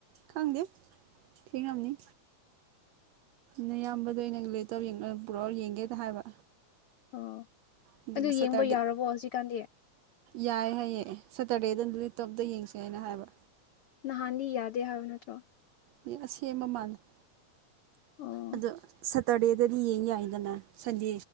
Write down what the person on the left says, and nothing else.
ꯑꯣ
ꯑꯗꯨ ꯌꯦꯡꯕ
ꯌꯥꯎꯔꯕꯣ ꯍꯧꯖꯤꯛꯀꯥꯟꯗꯤ
ꯅꯍꯥꯟꯗꯤ ꯌꯥꯗꯦ ꯍꯥꯏꯕ ꯅꯠꯇ꯭ꯔꯣ
ꯑꯣ